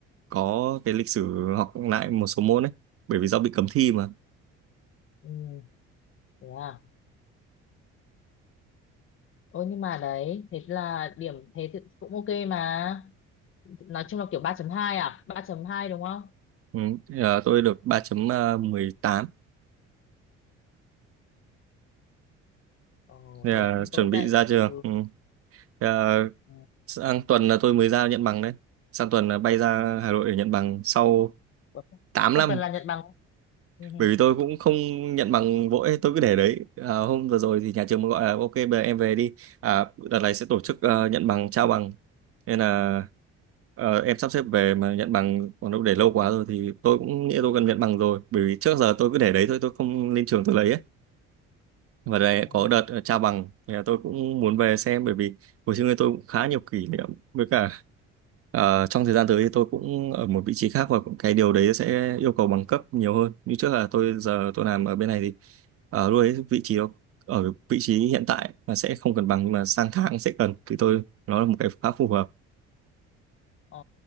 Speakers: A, on the right (about 45°); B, on the left (about 40°).
A: có cái lịch sử học lại một số môn ấy bởi vì do bị cấm thi mà
B: ừ. Thế à Ôi nhưng mà đấy thế là điểm thế thì cũng ok mà nói chung là kiểu ba chấm hai à ba chấm hai đúng không
A: ừ. ờ, tôi được 3.18
B: Ồ
A: Thế là
B: thế cũng
A: chuẩn
B: tốt
A: bị
B: đấy
A: ra trường
B: ừ.
A: ừ. Thế là
B: ừ.
A: sang tuần là tôi mới ra nhận bằng đấy sang tuần là bay ra Hà Nội để nhận bằng sau
B: Ủa,
A: tám
B: Sắp
A: năm
B: tuần là nhận bằng ừ. ừ.
A: bởi vì tôi cũng không nhận bằng vội tôi cứ để đấy à, hôm vừa rồi thì nhà trường mới gọi là ok bây giờ em về đi à, đợt này sẽ tổ chức ờ, nhận bằng trao bằng nên là ờ, em sắp xếp về mà nhận bằng còn đâu để lâu quá rồi thì tôi cũng nghĩ tôi cần nhận bằng rồi bởi vì trước giờ tôi cứ để đấy thôi tôi không lên trường tôi lấy ấy và đây
B: À, thế à.
A: có đợt ờ, trao bằng thì là tôi cũng muốn về xem bởi vì hồi xưa tôi cũng khá nhiều kỷ niệm với cả Ờ, trong thời gian tới thì tôi cũng ở một vị trí khác và cũng- cái điều đấy sẽ yêu cầu bằng cấp nhiều hơn. Như trước là tôi giờ tôi làm ở bên này thì ở lúc đấy vị trí đó, ở vị trí hiện tại là sẽ không cần bằng nhưng mà sang tháng sẽ cần thì tôi nó là một cái khá phù hợp.
B: Ờ,